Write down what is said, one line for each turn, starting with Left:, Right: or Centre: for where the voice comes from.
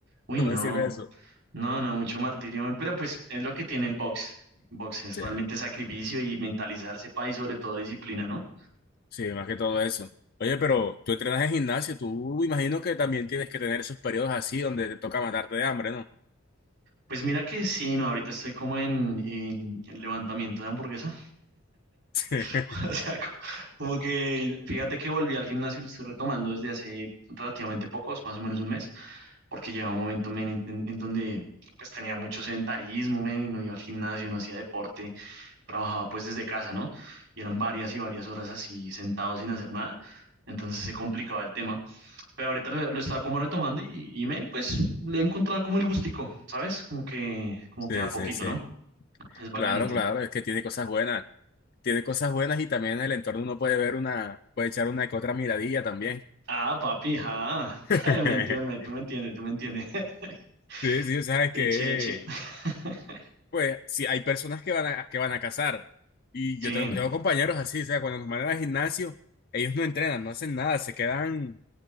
Right: Uy,
Left: no
Right: no,
Left: me sirve eso.
Right: no, no, mucho martirio, men. Pero pues es lo que tiene el box. Box es
Left: Sí,
Right: realmente sacrificio y mentalizarse, pa, y sobre todo disciplina, ¿no?
Left: sí, más que todo eso. Oye, pero tú entrenas en gimnasio, tú imagino que también tienes que tener esos periodos así donde te toca matarte de hambre, ¿no?
Right: Pues mira que sí, no, ahorita estoy como en el levantamiento de hamburguesa.
Left: <laughs>
Right: <laughs> O sea, co- como, que fíjate que volví al gimnasio y lo estoy retomando desde hace relativamente pocos, más o menos un mes, porque llevaba un momento men, en, en- en donde pues tenía mucho sedentarismo, men, y no iba al gimnasio, no hacía deporte, trabajaba pues desde casa, ¿no? Y eran varias y varias horas así sentado sin hacer nada. Entonces se complicaba el tema, pero ahorita lo, lo estaba como retomando y, y men, pues le he encontrado como el gustico, ¿sabes? Como que, como
Left: Sí,
Right: que a poquito,
Left: sí, sí.
Right: ¿no? Es bacanito.
Left: Claro, claro, es que tiene cosas buenas. tiene cosas buenas y también en el entorno uno puede ver una, puede echar una que otra miradilla también.
Right: Ah, papi, ah.
Left: <laughs>
Right: <laughs> Me entiendes, tú me entiendes, tú me entiendes. <laughs>
Left: Sí, sí, o sea, es
Right: Eche,
Left: que,
Right: eche. <laughs>
Left: pues, sí, hay personas que van a, que van a cazar. Y
Right: Sí,
Left: yo tengo, tengo compañeros así, o sea, cuando nos mandan al gimnasio, ellos no entrenan, no hacen nada, se quedan,